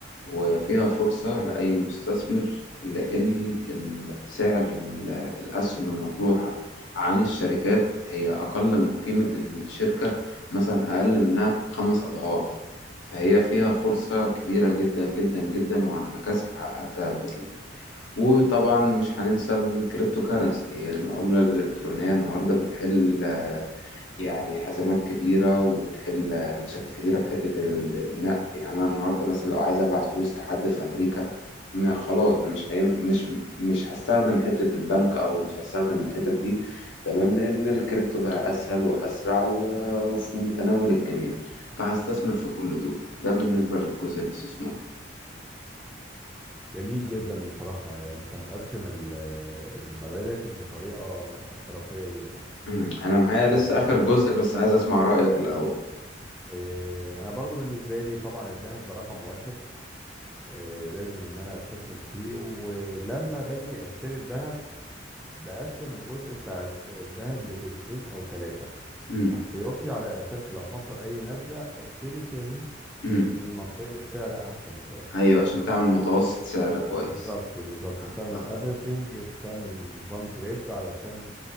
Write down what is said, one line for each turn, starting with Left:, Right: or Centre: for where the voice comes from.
Left: وفيها فرصة لأي مستثمر لأن ال- سعر ال- الأسهم المطروحة عن الشركات هي أقل من قيمة الشركة مثلا أقل منها بخمس أضعاف فهي فيها فرصة كبيرة جدا جدا جدا وعن مكاسب حققتها قبل كده وطبعا مش هننسى الكريبتو كارنسي العملة الإلكترونية النهاردة بتحل آه، يعني أزمات كبيرة وبتحل آه، مشاكل كتيرة في حتة ال- النقل يعني أنا النهاردة مثلا لو عايز أبعت فلوس لحد في أمريكا ما خلاص مش هي... مش مش هستخدم حتة البنك أو مش هستخدم الحتة دي تمام لأن الكريبتو بقى أسهل وأسرع و- وفي متناول الجميع فهستثمر في كل دول ده بالنسبة للجزء الاستثمار
Centre: جميل جدا بصراحة يعني أنت مقسم ال- آه، المبالغ بطريقة احترافية جدا
Left: امم انا معايا
Centre: آه،
Left: لسه اخر جزء بس عايز اسمع رأيك الاول
Centre: آه، أنا برضو بالنسبة لي طبعا الذهب ده رقم واحد آه، لازم إن أنا أستثمر فيه ولما باجي أشتري الذهب بقسم الجزء بتاع الذهب لجزئين او ثلاثة
Left: امم
Centre: احتياطي على اساس لو حصل اي نزلة اشتري تاني
Left: امم
Centre: من منطقة سعر احسن شوية
Left: ايوه عشان تعمل متوسط سعر كويس
Centre: بالظبط بالظبط
Left: اه
Centre: بتعمل
Left: آه.
Centre: افريجنج بتعمل نظام جريد علشان